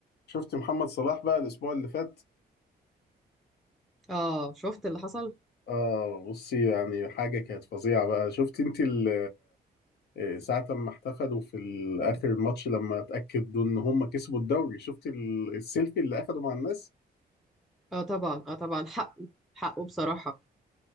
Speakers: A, on the left; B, in the centre.
A: شفت محمد صلاح بقى الاسبوع اللي فات
B: اه شفت اللي حصل
A: اه بصي يعني حاجه كانت فظيعه بقى شفت انت ال- آه، ساعه ما احتفلوا في ال- اخر الماتش لما اتاكدوا ان هم كسبوا الدوري شفت ال- السيلفي اللي اخده مع الناس
B: اه طبعا اه طبعا حقه حقه بصراحة